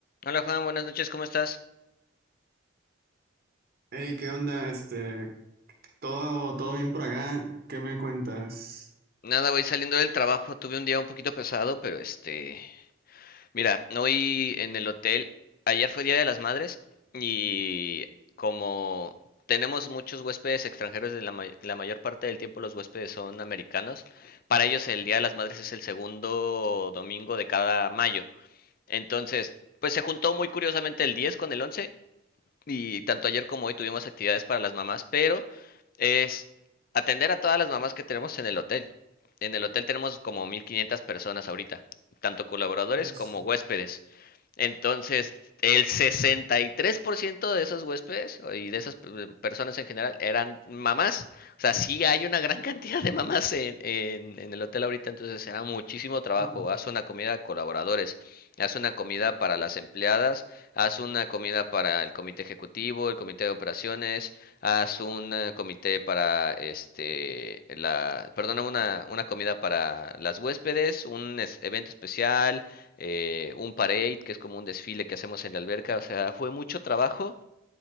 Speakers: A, on the left (about 45°); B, on the right (about 45°).
A: Hola Juan, buenas noches, ¿cómo estás?
B: Hey, ¿qué onda? Este, todo, todo bien por acá. ¿Qué me cuentas?
A: Nada, voy saliendo del trabajo, tuve un día un poquito pesado, pero este, mira, hoy en el hotel, ayer fue Día de las Madres y como tenemos muchos huéspedes extranjeros, de la, may- la mayor parte del tiempo los huéspedes son americanos, para ellos el Día de las Madres es el segundo domingo de cada mayo. Entonces, pues se juntó muy curiosamente el 10 con el 11 y tanto ayer como hoy tuvimos actividades para las mamás, pero es atender a todas las mamás que tenemos en el hotel. En el hotel tenemos como 1.500 personas ahorita, tanto colaboradores
B: Yes.
A: como huéspedes.
B: <laughs>
A: Entonces, el 63% de esos huéspedes y de esas personas en general eran mamás. O sea, sí hay una gran <laughs> cantidad de mamás en, en, en el hotel ahorita, entonces será muchísimo trabajo.
B: Ujú.
A: Haz una comida a colaboradores, haz una comida para las empleadas, haz una comida para el comité ejecutivo, el comité de operaciones, haz un comité para este, la, perdóname, una, una comida para las huéspedes, un es- evento especial, eh, un parade, que es como un desfile que hacemos en la alberca. O sea, fue mucho trabajo.